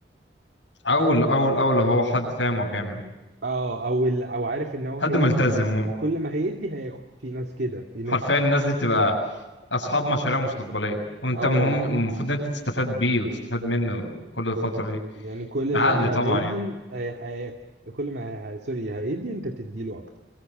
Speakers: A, on the left; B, on the right.
A: اول اول اول هو حد فاهم هو بيعمل إيه.
B: اه او ال... او عارف ان هو
A: حد
B: هيدي
A: ملتزم مؤمن
B: كل ما هيدي هياخد في ناس كده في ناس
A: حرفيا الناس دي تبقى اصحاب مشاريع مستقبليه وانت
B: اه
A: المهم
B: والله
A: المفروض ان انت تستفاد بيه وتستفاد منه كل الفتره دي
B: يعني كل
A: بعقل
B: لما
A: طبعا
B: هيدي
A: يعني
B: هي- هياخد كل ما هي... سوري هيدي انت بتديله اكتر